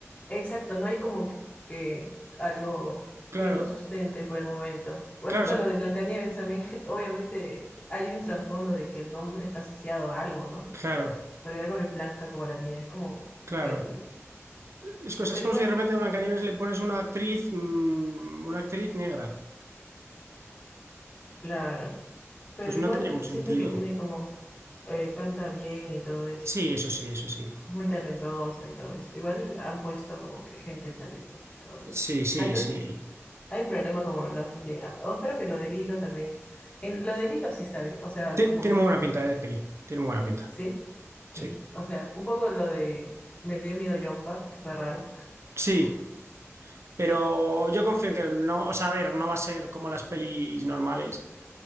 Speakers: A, on the left; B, on the right.
A: Exacto, no hay como que que algo
B: Claro,
A: que lo sustente por el momento. Por
B: claro,
A: ejemplo,
B: o sea,
A: lo de Blancanieves también, <laughs> obviamente hay un trasfondo de que el nombre está asociado a algo, ¿no?
B: claro,
A: Pero el árbol es blanca como la nieve, es como
B: claro.
A: el...
B: Es, cosa-
A: Pero
B: es como
A: igual
B: si de repente a Blancanieves le pones una actriz, mm, una actriz negra.
A: Claro, pero
B: Pues no
A: igual
B: tendría mucho
A: siento
B: sentido.
A: que tiene como, eh, canta bien y todo eso,
B: Sí, eso sí, eso sí.
A: es muy talentosa y todo eso. Igual han puesto como que gente talentosa y todo.
B: Sí, sí,
A: Ah, entonces
B: sí.
A: hay un problema como los... le- ah, oh, espero que lo del hilo también... En lo del hilo sí está bien, o sea,
B: Ti-
A: como,
B: Tiene muy buena pinta, eh, de peli. Tiene muy buena pinta.
A: ¿sí?
B: Sí.
A: Y, o sea, un poco lo de... Me dio miedo Yomba, que fue raro.
B: Sí, pero yo confío en que no, o sea, a ver, no va a ser como las pelis normales.